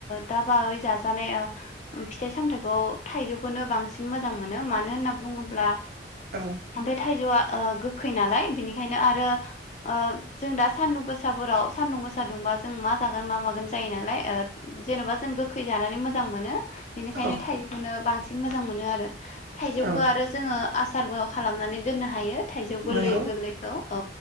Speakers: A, on the left (about 40°); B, on the right (about 60°).
A: दा बावै जाजानाय फिथाइ सामथायाइखौ थाइजौखौनो बांसिन मोजां मोनो मानो होनना बुङोब्ला
B: औ
A: ओमफ्राय थाइजौआ ओ गो खै नालाय बिनिखायनो आरो ओ जों दा सान्दुं गोसाफोराव सानान्दुं गोसा दुंबा जों मा जागोन मा मागोन जायो नालाय ओ जेन'बा जों गोखै जानानै मोजां मोनो। बेनिखायनो
B: औ
A: थाइजौखौनो बांसिन बिदिनो मोजां मोनो आरो। थाइजौखौ
B: औ
A: आरो जोङो आस आसारबो खालामनानै दोननो हायो। थाइजौ गोरलै
B: नंगौ
A: गोरलैखौ औ